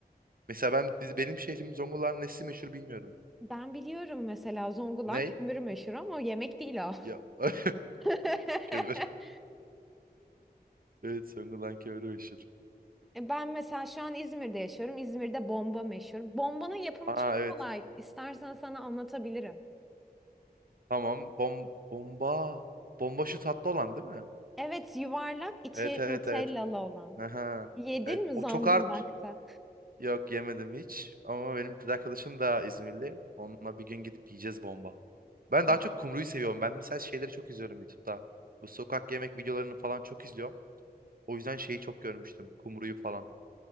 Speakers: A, on the right (about 60°); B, in the centre.
A: Mesela ben biz, benim şehrim Zonguldak'ın nesi meşhur bilmiyorum.
B: Ben biliyorum mesela Zonguldak
A: Ney?
B: kömürü meşhur ama yemek değil o.
A: Ya <laughs>
B: <laughs>
A: kömür. Evet Zonguldak kömürü meşhur.
B: E, Ben mesela şu an İzmir'de yaşıyorum. İzmir'de bomba meşhur. Bombanın yapımı
A: Aa
B: çok
A: evet.
B: kolay. İstersen sana anlatabilirim.
A: Tamam. Bom bomba. Bomba şu tatlı olan değil mi?
B: Evet, yuvarlak içi
A: Evet evet
B: nutellalı
A: evet.
B: olan.
A: Aha.
B: Yedin
A: Evet.
B: mi
A: O
B: Zonguldak'ta?
A: çok art. Yok yemedim hiç. Ama benim kız arkadaşım da İzmirli. Onunla bir gün gidip yiyeceğiz bomba. Ben
B: Ya,
A: daha çok kumruyu seviyorum. Ben mesela şeyleri çok izliyorum YouTube'da. Bu sokak yemek videolarını falan çok izliyorum. O yüzden şeyi çok görmüştüm. Kumru'yu falan.